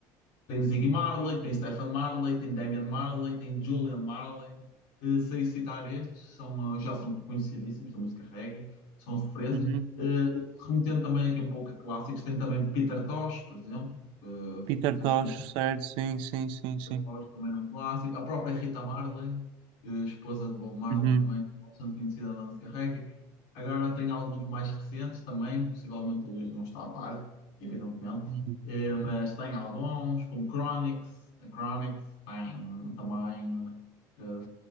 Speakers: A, on the left; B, on the right.
A: Tem Ziggy Marley, tem Stefan Marley, tem Damian Marley, tem Julian Marley. Eh, Sei citar estes, são, eh, já são conhecidíssimos da música reggae, são referências.
B: Uhum.
A: Eh, remetendo também aqui um pouco a clássicos, tem também Peter Tosh, por exemplo. Eh,
B: Peter
A: não sei
B: Tosh,
A: se conhece.
B: certo, sim, sim, sim, sim.
A: Oz também é um clássico. A própria Rita Marley, eh, esposa de Bob Marley,
B: Uhum.
A: também bastante conhecida da música reggae Agora tem alguns mais recentes também, possivelmente o Luís não está a par, evidentemente,
B: uhum.
A: Eh, mas tem alguns, como Chronix, a Chronix, tem também eh, eh,